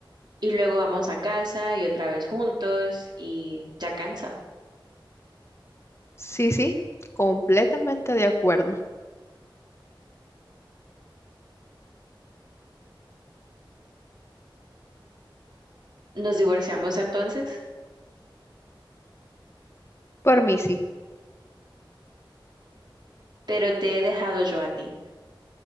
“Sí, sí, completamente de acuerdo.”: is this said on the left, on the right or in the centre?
Left